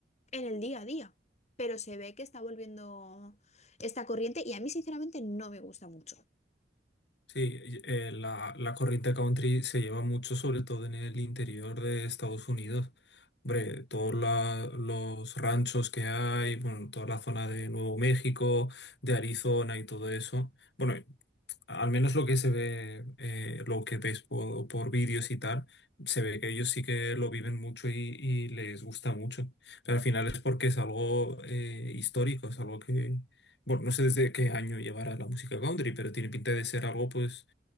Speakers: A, on the left; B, on the left.
A: en el día a día, pero se ve que está volviendo esta corriente y a mí sinceramente no me gusta mucho.
B: Sí, y- eh, la, la corrida country se lleva mucho, sobre todo en el interior de Estados Unidos. Hombre, todos la- los ranchos que hay, bueno, toda la zona de Nuevo México, de Arizona y todo eso. Bueno, al menos lo que se ve, eh, lo que ves por, por vídeos y tal, se ve que ellos sí que lo viven mucho y, y les gusta mucho. Pero al final es porque es algo eh, histórico, es algo que, bueno, no sé desde qué año llevará la música country, pero tiene pinta de ser algo, pues,